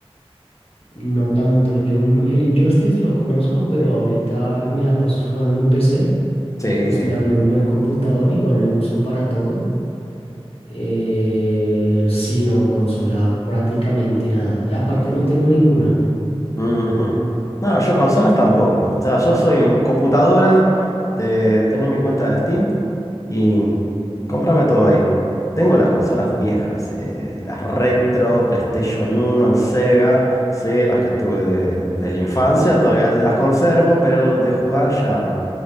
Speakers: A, on the left (about 70°); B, on the left (about 30°).
A: No tanto, yo m- el Injustice lo conozco, pero ahorita me la paso jugando en PC,
B: Sí,
A: pues
B: sí.
A: me armé un buen computador, igual lo uso para todo. Eh, sí, no, consola prácticamente nada. Aparte, no tengo ninguna.
B: Ujú. No, yo consolas tampoco. O sea, yo soy en computadora de tener mi cuenta de Steam y cómprame todo ahí. Tengo las consolas viejas, eh, las retro, PlayStation uno, el Sega, sí, las que tuve de, de la infancia, todavía las conservo, pero de jugar ya.